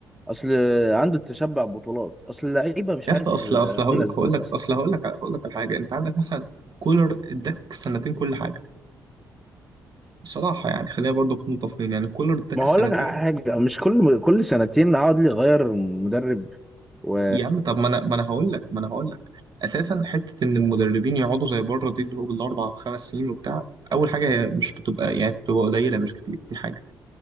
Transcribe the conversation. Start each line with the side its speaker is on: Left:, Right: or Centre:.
Centre: اصل عنده التشبع بطولات اصل اللعيبه مش
Right: يا
Centre: عارف
Right: اسطى اصل
Centre: آه،
Right: اصل هقول
Centre: عامله ازاي
Right: هقول لك
Centre: اصلا
Right: اصل هقول لك هقول لك على حاجه انت عندك مثلا كولر اداك سنتين كل حاجه بصراحة يعني خلينا برضو نكون متفقين يعني كولر اداك
Centre: ما
Right: السنتين
Centre: هقول لك على حاجه مش كل كل سنتين اقعد لي اغير مدرب و
Right: يا عم طب ما انا ما انا هقول لك ما انا هقول لك اساسا حتة ان المدربين يقعدوا زي بره دي اللي هو بالاربع وخمس سنين وبتاع اول حاجة هي مش بتبقى يعني بتبقى قليلة مش كتير دي حاجة